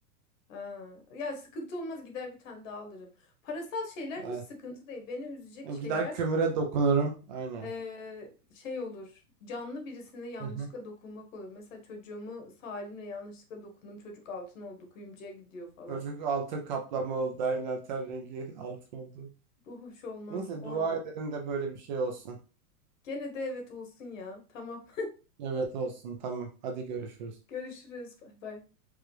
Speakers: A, on the left; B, on the right.
A: Ha. Ya sıkıntı olmaz gider bir tane daha alırım. Parasal şeyler
B: Ay,
A: hiç sıkıntı değil. Beni üzecek
B: ben
A: şeyler
B: Gider kömüre dokunurum. Aynen.
A: eee, şey olur. Canlı birisine yanlışlıkla
B: Hı hı.
A: dokunmak olur. Mesela çocuğumu Salim'le yanlışlıkla dokundum. Çocuk altın oldu kuyumcuya gidiyor falan.
B: Çocuk altın kaplama oldu. Aynen ten rengi altın oldu.
A: Bu hoş olmaz.
B: Neyse
A: O
B: dua edelim de böyle bir şey olsun.
A: Gene de evet olsun ya. Tamam.
B: Evet olsun tamam. Hadi görüşürüz.
A: <laughs> Görüşürüz. Bay bay.